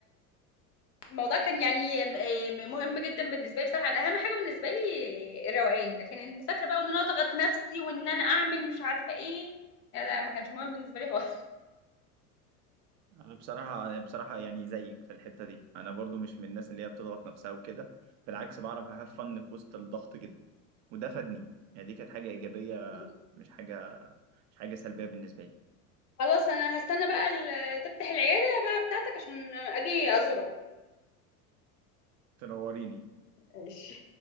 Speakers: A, on the left; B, on the right.
A: الموضوع كان يعني م- آه، مهم جدا بالنسبه لي بصراحه انا اهم حاجه بالنسبه لي الروقان لكن المذاكره بقى وان انا اضغط نفسي وان انا اعمل مش عارفه ايه لا لا، ما كانش مهم بالنسبه لي خالص
B: انا بصراحه أنا بصراحه يعني زيك في الحته دي انا برضو مش من الناس اللي هي بتضغط نفسها وكده بالعكس بعرف هاف فن في وسط الضغط جدا وده فادني يعني دي كانت حاجه ايجابيه
A: <laughs>
B: مش حاجه مش حاجه سلبيه بالنسبه لي
A: خلاص انا هستنى بقى ال- تفتح العياده بقى بتاعتك عشان اجي ازورك
B: تنوريني
A: ماشي